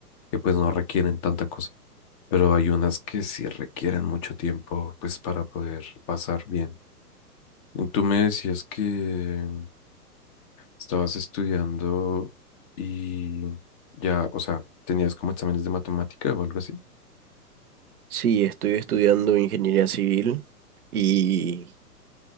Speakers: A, on the left; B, on the right.
A: que pues no requieren tanta cosa, pero hay unas que sí requieren mucho tiempo pues para poder pasar bien. Tú me decías que estabas estudiando y ya, o sea, tenías como exámenes de matemática o algo así.
B: Sí, estoy estudiando ingeniería civil y